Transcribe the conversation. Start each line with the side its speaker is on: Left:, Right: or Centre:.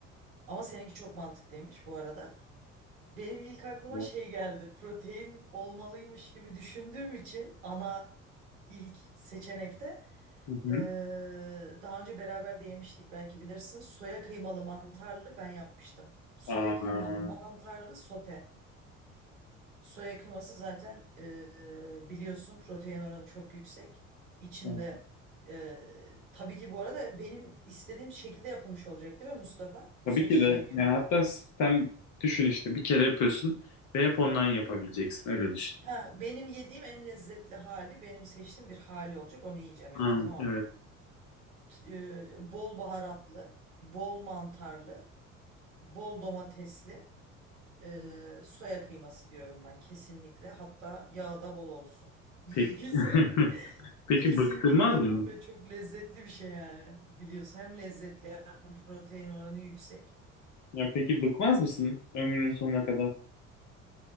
Right: Ama seninki çok mantıklıymış bu arada. Benim ilk aklıma
Left: Ya.
Right: şey geldi. Protein olmalıymış gibi düşündüğüm için ana ilk seçenekte
Left: Hı hı.
Right: Eee, daha önce beraber de yemiştik belki bilirsin. Soya kıymalı mantarlı ben yapmıştım. Soya
Left: Aa,
Right: kıymalı mantarlı sote. Soya kıyması zaten eee, biliyorsun protein oranı çok yüksek. İçinde
Left: evet.
Right: eee, tabii ki bu arada benim istediğim şekilde yapılmış olacak değil mi Mustafa?
Left: tabii
Right: Bu seçeceğim
Left: ki de.
Right: yemek.
Left: Yani hatta sistem düşün işte. Bir kere yapıyorsun ve hep ondan yapabileceksin. Öyle düşün.
Right: Ha, benim yediğim en lezzetli hali benim seçtiğim bir hali olacak onu yiyeceğim.
Left: Ha,
Right: Yani Ha, tamam.
Left: evet.
Right: T- eee, bol baharatlı, bol mantarlı, bol domatesli. Ee, soya kıyması diyorum ben kesinlikle. Hatta yağı da bol olsun. <laughs> Mümkünse
Left: Peki, <laughs> peki
Right: kesinlikle
Left: bıktırmaz mı?
Right: bu ve çok lezzetli bir şey yani. Biliyorsun hem lezzetli hem protein oranı yüksek.
Left: Ya peki bıkmaz mısın ömrünün sonuna kadar?